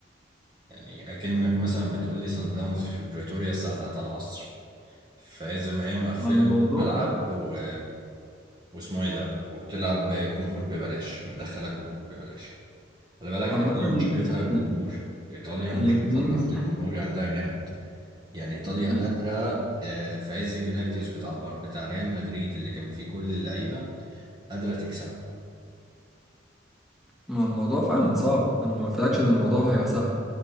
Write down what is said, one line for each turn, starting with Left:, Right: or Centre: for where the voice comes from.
Right: يعني اكنك مثلا بتقول لي سان داونز في بريتوريا الساعه 3 العصر فاذا ما هي مقفله
Centre: مع الموضوع
Right: الملعب و... واسمه ايه ده وبتلعب الجمهور ببلاش مدخله الجمهور ببلاش خلي بالك
Centre: فعامة
Right: ايطاليا
Centre: ال-
Right: مشكلتها الجمهور ايطاليا
Centre: الاتنين
Right: مشكلتها الضغط الجمهوري عندها جامد يعني ايطاليا
Centre: ال-
Right: قادره آه، في عز جلاكتيوس بتاع بتاع ريال مدريد اللي كان فيه كل اللعيبه قادره تكسبها
Centre: ما الموضوع فعلا صعب انا ما قلتلكش ان الموضوع هيبقى سهل